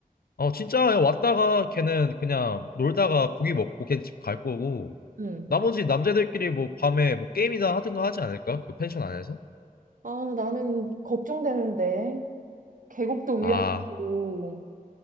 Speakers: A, on the left; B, on the right.
A: 어, 진짜 왔다가 걔는 그냥 놀다가 고기 먹고 걔는 집 갈 거고
B: 응.
A: 나머지 남자들끼리 뭐 밤에 뭐 게임이나 하든가 하지 않을까? 그 펜션 안에서?
B: 아, 나는 걱정되는데. 계곡도 위험하고,
A: 아,